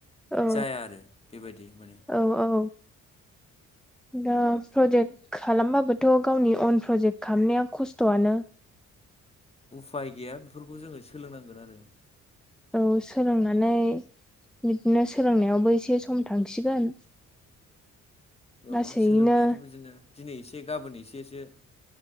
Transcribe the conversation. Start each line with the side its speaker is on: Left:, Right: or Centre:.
Centre: औ
Left: जाया आरो बेबायदि माने
Centre: औ औ
Left: <unintelligible>
Centre: दा प्रजेक्ट खालामबाबोथ' गावनि अन प्रजेक्ट खामनाया खस्थ'आनो
Left: उफाय गैया बेफोरखौ जोङो सोलोंनांगोन आरो
Centre: औ सोलोंनानै बिदिनो सोलोंनायावबो एसे सम थांसिगोन लासैनो
Left: औ सोलोंनायाथ' बिदिनो दिनै एसे गाबोन एसे सो